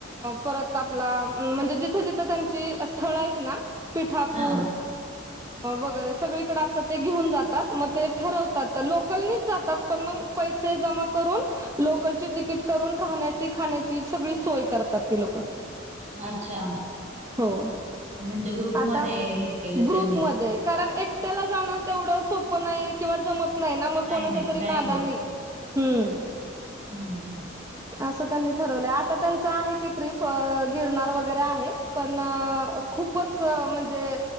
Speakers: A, on the right; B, on the right.
A: परत आपला, म्हणजे जिथं जिथं त्यांची स्थळ आहेत ना पिठापूर
B: हा
A: वगैरे सगळीकडे असं ते घेऊन जातात. मग ते ठरवतात. लोकलनीच जातात, पण मग पैसे जमा करून लोकलची तिकीट करून राहण्याची, खाण्याची सगळी सोय करतात ती लोक
B: अच्छा!
A: 'हो'!
B: म्हणजे ग्रुपमध्ये
A: आता
B: हे केलं
A: ग्रुपमध्ये
B: त्यांनीच.
A: कारण, एकट्याला जाणं तेवढं सोपं नाही किंवा जमत नाही ना, मग कोणाच्या
B: नाही
A: तरी
B: नाही
A: नादानी
B: होत.
A: हं
B: <inaudible>
A: 'असं त्यांनी ठरवलं'. आता त्यांच आहे की ट्रीप गिरणार वगैरे आहे, पण खूपच म्हणजे